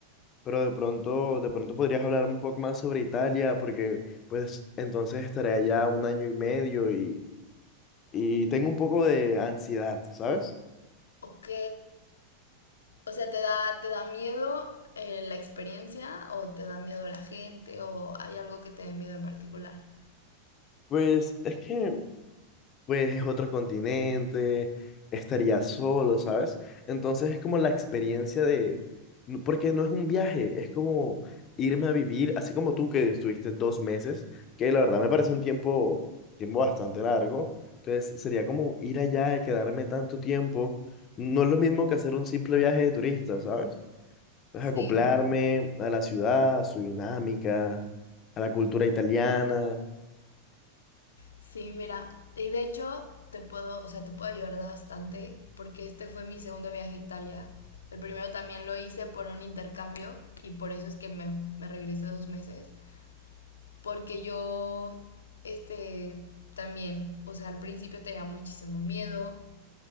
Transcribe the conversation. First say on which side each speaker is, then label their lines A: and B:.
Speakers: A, on the left; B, on the left.
A: pero de pronto, de pronto podrías hablarme un poco más sobre Italia, porque pues entonces estaré allá un año y medio y, y tengo un poco de ansiedad, ¿sabes?
B: Ok, O sea, ¿te da, te da miedo eh, la experiencia o te da miedo la gente o hay algo que te dé miedo en particular?
A: Pues es que pues es otro continente, estaría solo, ¿sabes? Entonces es como la experiencia de, no- porque no es un viaje, es como irme a vivir, así como tú que estuviste dos meses, que la verdad me parece un tiempo, tiempo bastante largo, entonces sería como ir allá y quedarme tanto tiempo, no es lo mismo que hacer un simple viaje de turista, ¿sabes? Entonces
B: Sí.
A: acoplarme a la ciudad, a su dinámica, a la cultura italiana.
B: Sí, mira, y de hecho te puedo, o sea, te puedo ayudar bastante porque este fue mi segundo viaje a Italia. El primero también lo hice por un intercambio y por eso es que me, me regresé dos meses. Porque yo, este, también, o sea, al principio tenía muchísimo miedo